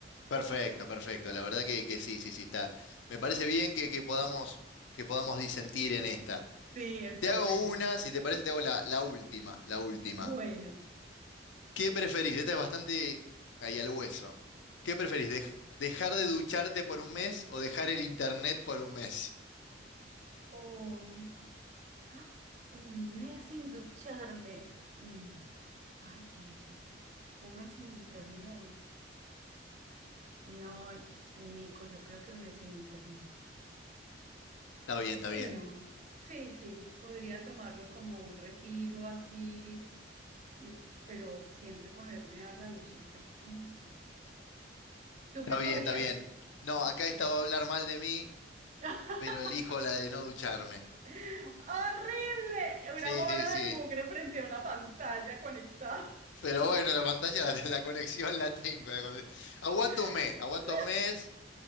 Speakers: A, on the left; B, on the right.
A: Perfecto, perfecto. La verdad que, que sí, sí, sí, está. Me parece bien que, que podamos, que podamos disentir en esta.
B: Sí, está
A: Te hago
B: bueno.
A: una, si te parece, te hago la, la última, la última.
B: Bueno.
A: ¿Qué preferís? Esta es bastante ahí al hueso. ¿Qué preferís? ¿Dej- ¿Dejar de ducharte por un mes o dejar el internet por un mes?
B: Uy, ah, un mes sin ducharme. Mm, Ay, qué difícil. Un mes sin internet. No, Nico, yo creo que un mes sin internet.
A: Está bien, está
B: Sí,
A: bien.
B: no. Sí, sí, podría tomarlo como un retiro así, mm, pero siempre poderme dar la duchita. Ay, sí. ¿Tú
A: Está
B: qué escogerías?
A: bien, está bien. No, acá esta va a hablar mal de mí,
B: <laughs>
A: pero elijo la de no ducharme.
B: ¡Horrible!
A: Sí,
B: Una bola
A: sí, sí.
B: de mugre frente a una pantalla conectada.
A: Pero bueno, la pantalla, <laughs> la, la conexión la tengo. la conex- aguanto
B: No.
A: un mes, aguanto un mes